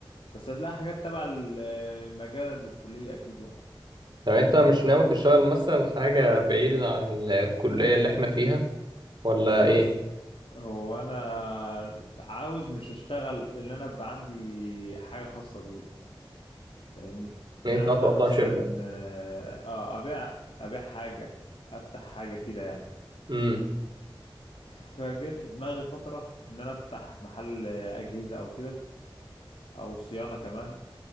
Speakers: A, on the left; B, on the right.
A: بس هتلاقي حاجات تبع ال- المجال والكلية أكيد يعني
B: طب انت مش ناوي تشتغل مثلا حاجة بعيدة عن الكلية اللي احنا فيها ولا
A: بص
B: ايه
A: هو أنا عاوز مش أشتغل إن أنا أبقى عندي حاجة خاصة بي فاهمني
B: يعني
A: إن أنا
B: انت
A: أفتح
B: عايز تطلع
A: مثلا
B: شركة
A: آه آه، أبيع أبيع حاجة أفتح حاجة كده يعني
B: امم
A: فجه في دماغي فترة إن أنا أفتح محل أجهزة أو كده أو صيانة كمان